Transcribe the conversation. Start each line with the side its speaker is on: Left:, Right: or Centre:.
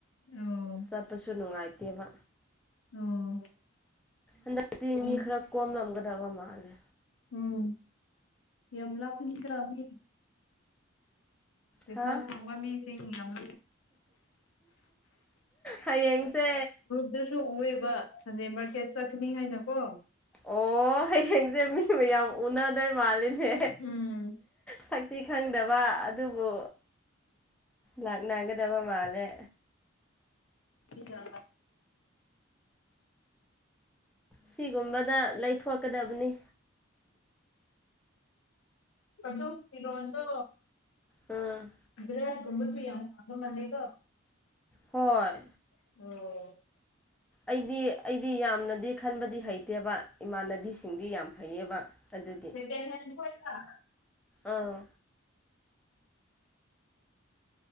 Left: ꯑꯣ
Centre: ꯆꯠꯄꯁꯨ ꯅꯨꯡꯉꯥꯏꯇꯦꯕ
Left: ꯑꯣ
Centre: ꯑꯗ
Left: ꯌꯥꯝ
Centre: ꯃꯤ ꯈꯔ ꯀꯣꯝ ꯂ ꯑꯃꯒꯗ ꯃꯥꯂꯦ
Left: ꯎꯝ ꯌꯥꯝ ꯂꯥꯛꯄꯅꯤ ꯀ꯭ꯔꯃꯤ ꯄꯩꯁꯥ
Centre: ꯍꯥ
Left: ꯐꯪꯕ ꯃꯤꯁ ꯑꯃꯪ
Centre: ꯍꯌꯦꯡꯁꯦ
Left: ꯑꯗꯨꯁꯨ ꯎꯑꯦꯕ ꯁꯟꯗꯦ ꯃꯥꯔꯀꯦꯠ ꯆꯠꯀꯅꯤ ꯍꯥꯏꯅ ꯀꯣ
Centre: ꯑꯣ ꯍꯌꯦꯡꯁꯦ ꯃꯤ ꯃꯌꯥꯝ ꯎꯅꯗ ꯃꯥꯜꯂꯤꯅꯦ
Left: ꯎꯝ
Centre: ꯁꯛꯇꯤ ꯈꯪꯗꯦ ꯗꯕ ꯑꯗꯨꯕꯨ ꯂꯥꯛꯅꯒꯗꯕ ꯃꯥꯜꯂꯦ
Left: ꯌꯥ
Centre: ꯁꯤꯒꯨꯝꯕꯗ ꯂꯩꯊꯣꯛꯀꯗꯕꯅꯤ
Left: ꯑꯗꯨ ꯏꯔꯣꯟꯗꯣ
Centre: ꯎꯝ
Left: ꯑꯗꯨ꯭ꯔꯒꯨꯝꯃꯗ ꯌꯥꯝꯃ ꯃꯅꯦꯒꯣ
Centre: ꯍꯣꯏ
Left: ꯑꯣ
Centre: ꯑꯩꯗꯤ ꯑꯩꯗꯤ ꯌꯥꯝꯅꯗꯤ ꯈꯟꯕꯗꯤ ꯍꯩꯇꯦꯕ ꯏꯃꯥꯟꯅꯕꯤꯁꯤꯡꯗꯤ ꯌꯥꯝ ꯍꯩꯌꯦꯕ ꯑꯗꯨꯒꯤ
Left: <inaudible>
Centre: ꯑꯥ